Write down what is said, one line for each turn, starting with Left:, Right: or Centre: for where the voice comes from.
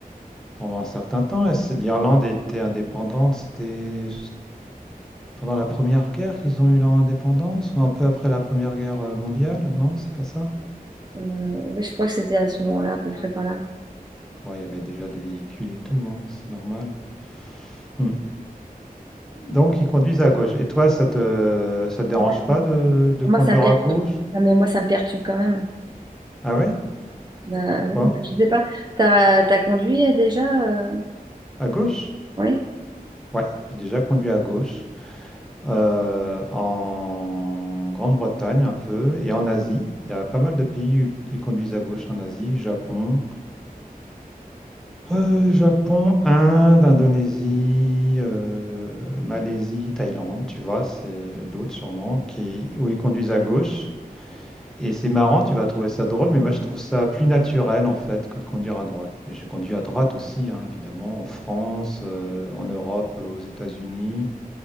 Centre: pendant un certain temps. Est-ce- L'Irlande était indépendante. C'était pendant la Première Guerre qu'ils ont eu leur indépendance, ou un peu après la Première Guerre euh, mondiale? Non, c'est pas ça?
Right: euh, ouais, je crois que c'était à ce moment-là, à peu près par là.
Centre: Ouais, il y avait déjà des véhicules et tout, hein, C'est normal. Hmm. Donc ils conduisent à gauche. Et toi, ça te, ça te dérange
Right: Moi,
Centre: pas de, de
Right: pour
Centre: conduire
Right: moi, ça me perturbe.
Centre: à gauche?
Right: Non, mais moi, ça me perturbe quand même.
Centre: Ah oui?
Right: Bah,
Centre: Pourquoi?
Right: oui, donc, je sais pas. T'as, t'as conduit euh, déjà euh,
Centre: À gauche?
Right: Oui.
Centre: Ouais, j'ai déjà conduit à gauche. euh, en Grande-Bretagne un peu et en Asie. Il y a pas mal de pays qui conduisent à gauche en Asie, Japon, euh, Japon, Inde, Indonésie, euh, Malaisie, Thaïlande, tu vois, c'est d'autres sûrement qui où ils conduisent à gauche. Et c'est marrant, tu vas trouver ça drôle, mais moi je trouve ça plus naturel en fait que de conduire à droite. Et J'ai conduit à droite aussi, hein, évidemment, en France, euh, en Europe, aux États-Unis